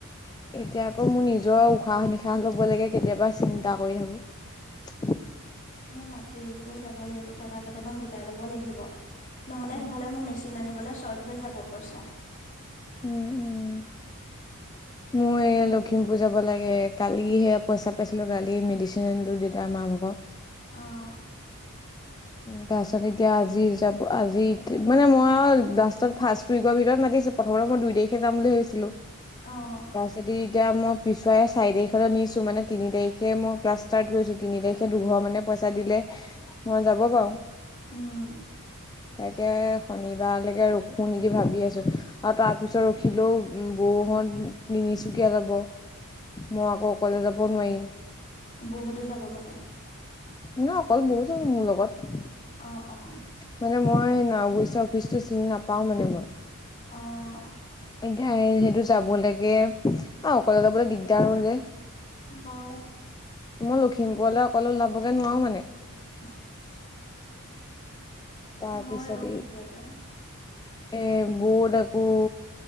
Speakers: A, on the left; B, on the left.
A: এতিয়া আকৌ মোৰ নিজৰ উশাহ নিশাহ ল'ব লাগে কেতিয়াবা চিন্তা কৰি থাকো।
B: মই মাটি ৰুবলৈ যাব লাগিব টকা কেইটামান গোটাই ল'ব লাগিব। নহ'লে
A: উম,
B: সিফালে মোৰ মেচিন আনিবলৈ শৰ্ট হৈ যাব পইচা।
A: উম উম।
B: <inaudible>
A: মোৰ এই লখিমপুৰ যাব লাগে কালি সেয়া পইচা পাইছিলো কালি মেডিচিন আনিলো দেউতা মাৰ ভাগৰ।
B: অঁ <inaudible>
A: তাৰপিছত এতিয়া আজি আজি মানে মইও লাষ্টত ফাৰ্ষ্ট উইকৰ ভিতৰত মাতিছো। প্ৰথমতে মই দুই তাৰিখে যাম বুলি ভাবিছিলোঁ।
B: অঁ
A: যদি এতিয়া মই পিছুৱাই চাৰি তাৰিখলৈ নিছোঁ। মানে তিনি তাৰিখে মই ক্লাছ ষ্টাৰ্ট কৰিছোঁ। তিনি তাৰিখে দুঘৰ মানে পইচাঁ দিলে মই যাব পাৰো।
B: উম।
A: তাকে শনিবাৰলৈকে ৰখোঁ নেকি ভাবি আছোঁ। আৰু তাৰ পিছত ৰখিলেও বৌ হঁত তিনিচুকীয়া যাব। মই আকৌ অকলে যাব নোৱাৰিম।
B: বৌ হঁতেও যাব মানে?
A: ন' অকল বৈ যাব মোৰ লগত।
B: অঁ অঁ।
A: মানে মই <unintelligible> অৱশ্যে অফিচটো চিনি নাপাও মানে মই।
B: অঁ।
A: এতিয়া সেইটো যাব লাগে আৰু অকলে যাবলৈ দিগদাৰ হয় যে।
B: হয়।
A: মই লখিমপুৰলৈ অকলে ওলাবগৈ নোৱাৰো মানে।
B: <unintelligible>
A: তাৰ
B: হয়
A: পিছত
B: অ
A: ই
B: কেতিয়াবা
A: এ বৈত আকৌ